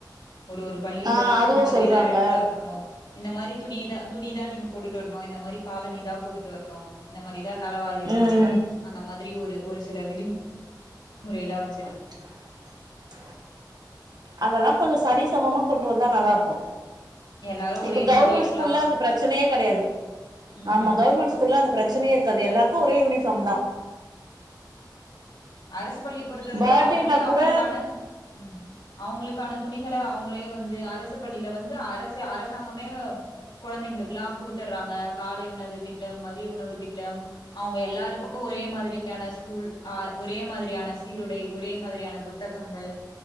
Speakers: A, on the left (about 80°); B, on the right (about 60°).
A: ஒரு ஒரு பள்ளிலலா
B: ஆ அதுவும்
A: இந்த மாத்ரிதா
B: சொல்றாங்க
A: எடுத்துட்டு வர் னு இந்த மாரி துணித துணிதா நீங்க போட்டுட் வர்ணு இந்த மாரி காலணி தா போட்டுட் வர்ணு இந்த மாரிதா தலைவாரிருக்ணு
B: ம்
A: அந்த மாரி ஒரு ஒரு சில விதிம் முறைலா வச்சின
B: ஆஹ் அதல்லா கொஞ்ச சரி சமமா கொண்டு வந்தா நல்லாருக்கு
A: எல்லாரு
B: இப்ப
A: ஒரே
B: கவுர்மண்ட்
A: மாதிரியா இருக்கலா
B: ஸ்கூல்ல அந்த பிரச்சனையே கடையாது
A: ம்
B: ஆமா கவுர்மண்ட் ஸ் கூல்ல அந்த பிரச்சனயே இருக்காது எல்லாருக்கு ஒரே யூனிஃபாம் தா
A: அரசு பள்ளி பொறுத்தவரையு
B: பர்த்டேனா
A: அவுங்ளே அவுங்களுக்கான
B: கூட
A: ம் அவுங்ளுக்கான துணிகள அவுங்ளே வந்து அரசு பள்ளில வந்து அரசு அரசாங்கமே கொழந்தைங்களுக்லா குடுத்தற்றாங்க காலை உணவு திட்டம் மதிய உணவு திட்டம் அவுங்க எல்லாருக்கு ஒரே மாதுரியான ஸ்கூல் அ ஒரே மாதுரியான சீருடை ஒரே மாதுரியான புத்தகங்கள்